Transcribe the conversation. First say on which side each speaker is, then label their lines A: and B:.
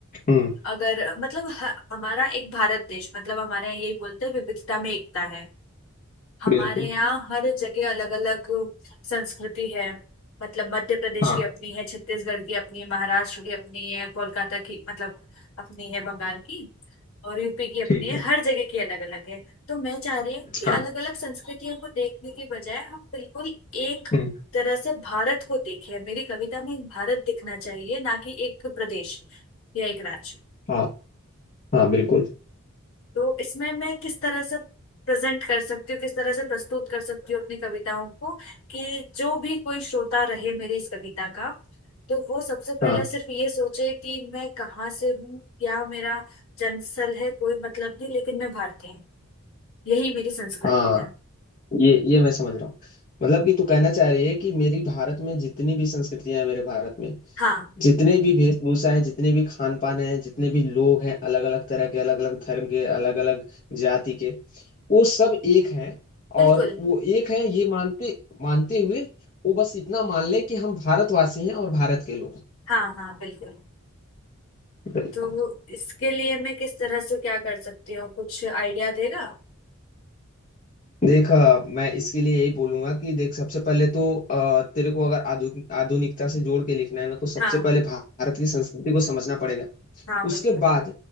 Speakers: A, on the left; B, on the left.
A: हम्म
B: अगर मतलब ह- हमारा एक भारत देश मतलब हमारे यहाँ यही बोलते हैं विविधता में एकता है हमारे
A: बिल्कुल
B: यहाँ हर जगह अलग अलग संस्कृति है मतलब मध्य प्रदेश
A: हाँ
B: की अपनी है छत्तीसगढ़ की अपनी है महाराष्ट्र की अपनी है कोलकाता की मतलब अपनी है बंगाल की और यूपी की अपनी
A: ठीक
B: है
A: है
B: हर जगह की अलग अलग है तो मैं चाह रही हूँ कि
A: हाँ
B: अलग अलग संस्कृतियों को देखने की बजाय हम बिल्कुल एक
A: हम्म
B: तरह से भारत को देखें मेरी कविता में भारत दिखना चाहिए ना कि एक प्रदेश या एक राज्य
A: हाँ हाँ बिल्कुल
B: तो इसमें मैं किस तरह से प्रेजेंट कर सकती हूँ किस तरह से प्रस्तुत कर सकती हूँ अपनी कविताओं को कि जो भी कोई श्रोता रहे मेरी इस कविता का तो वो सबसे पहले
A: हाँ
B: सिर्फ ये सोचे कि मैं कहाँ से हूँ क्या मेरा जन्मस्थल है कोई मतलब नहीं लेकिन मैं भारतीय हूँ यही मेरी संस्कृति
A: हाँ
B: है
A: ये ये मैं समझ रहा हूँ मतलब कि तू कहना चाह रही है कि मेरी भारत में जितनी भी संस्कृतियां हैं मेरे भारत में
B: हाँ
A: जितने भी वेशभूषा हैं जितने भी खान पान हैं जितने भी लोग हैं अलग अलग तरह के अलग अलग धर्म के अलग अलग जाति के वो सब एक हैं
B: बिल्कुल
A: और वो एक हैं ये मानते मानते हुए वो बस इतना मान ले कि हम भारतवासी हैं और भारत के लोग हैं।
B: हाँ हाँ बिल्कुल
A: बिल्कुल
B: तो इसके लिए मैं किस तरह से क्या कर सकती हूँ कुछ आइडिया देगा
A: देख अ, मैं इसके लिए यही बोलूंगा कि देख सबसे पहले तो अ, तेरे को अगर आधु, आधुनिकता से जोड़ के लिखना है ना तो सबसे
B: हाँ
A: पहले भारत की संस्कृति को समझना पड़ेगा
B: हाँ बिल्कुल
A: उसके बाद